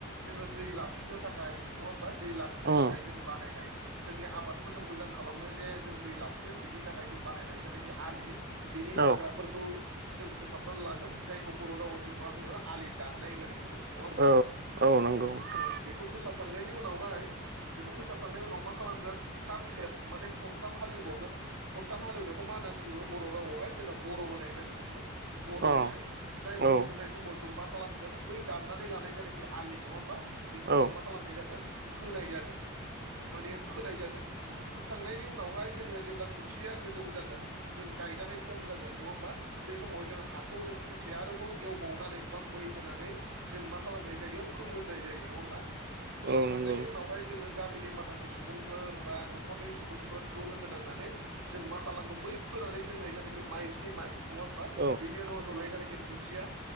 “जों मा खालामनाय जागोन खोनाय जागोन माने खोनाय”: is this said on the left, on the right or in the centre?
Right